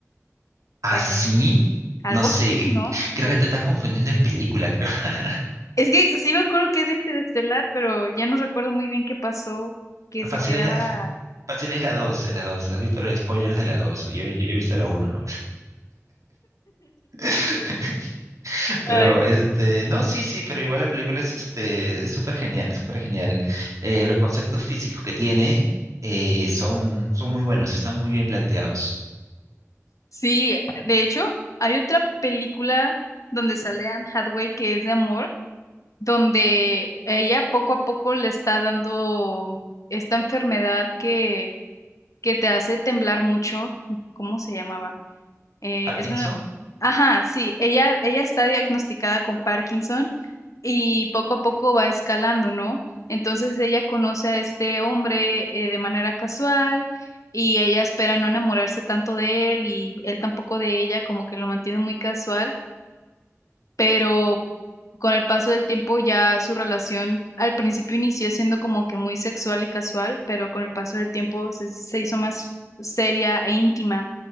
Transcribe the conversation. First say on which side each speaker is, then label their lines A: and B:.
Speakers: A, on the right; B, on the left.
A: ¿Así?
B: otra vez. Algo
A: No sé,
B: así,
A: que-
B: ¿no?
A: creo
B: O-
A: que te estás confundiendo de película, creo. <laughs>
B: Es que sí me acuerdo que es de Interestelar, pero ya no recuerdo muy bien qué pasó, que se
A: Fácil
B: quedaba...
A: es, la- fácil es la 2, la dos, Has visto los spoilers de la 2? Yo, yo, yo he visto la uno, ¿no? <laughs> Pero,
B: Ay,
A: este,
B: sí.
A: no, sí, sí, pero igual la película es, este, es súper genial, súper genial. Eh, los conceptos físicos que tiene eh, son, son muy buenos, están muy bien planteados.
B: Sí, de hecho, hay otra película donde sale Anne Hathaway que es de amor, donde ella poco a poco le está dando esta enfermedad que, que te hace temblar mucho. ¿Cómo se llamaba? Eh,
A: Parkinson.
B: es una... Ajá, sí, ella, ella está diagnosticada con Parkinson y poco a poco va escalando, ¿no? Entonces ella conoce a este hombre eh, de manera casual y ella espera no enamorarse tanto de él y él tampoco de ella, como que lo mantiene muy casual, pero con el paso del tiempo ya su relación al principio inició siendo como que muy sexual y casual, pero con el paso del tiempo se, se hizo más seria e íntima